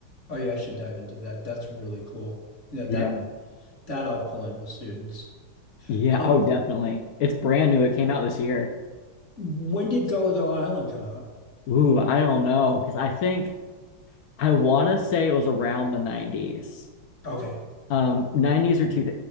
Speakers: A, on the left; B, on the left.
A: Oh yeah, I should dive into that. That's really cool. Yeah,
B: Yeah.
A: that that I'll pull in with students.
B: Yeah.
A: Um,
B: Oh, definitely. It's brand new. It came out this year.
A: when did Gullah Gullah Island come out?
B: Ooh, I don't know. Because I think I want to say it was around the 90s.
A: Okay.
B: Um, 90s or two